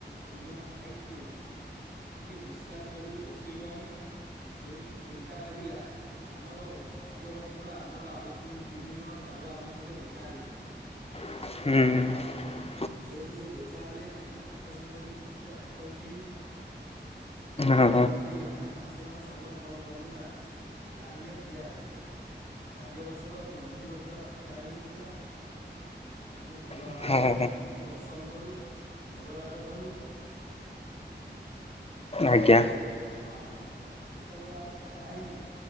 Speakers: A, on the right; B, on the left.
A: ଦୁଇ ଜଣ ଖାଇକି ଟିକେ ବିଶ୍ରାମ କଲୁ ବସିଲୁ ଆମେ ଯେମିତି ତିନିଟା ବାଜିଲା ଆମର ଭାଗ୍ୟବଶତ ଆମର ଆଉୁ ତୁ ତିନି ଜଣ ସାଙ୍ଗ ଆମ ସହିତ ଦେଖାହେଲେ ସେଠି
B: ହୁଁ।
A: ଯେହେତୁ ସେ ଦେଖା ହେଲେ ଆମେ ତାଙ୍କ ସହିତ ବି କିଛିଟା ଫଟୋ ଉଠେଇଲୁ। ଫଟୋ
B: ହଁ
A: ଉଠେଇ ଆମେ ପାଞ୍ଚ ଜଣ ସାଙ୍ଗ କଣ କଲୁ ନା ଲାଇନ ରେ ଠିଆ ହେଇଗଲୁ। ଭାଗ୍ୟ ବଶତଃ ମନ୍ଦିର ପୁରା ଫାଙ୍କା ହେଇଯାଇଥିଲା। ଆମେ ଭଲ ଭାବରେ
B: ହଁ
A: ଠା କୁରଙ୍କୁ ଦର୍ଶନ କଲୁ ଭୋଗରାଗ କଲୁ
B: ଆଜ୍ଞା
A: ଏବଂ ତା ପରେ ଯେତେବେଳେ ଆମେ ବାହାରିଲୁ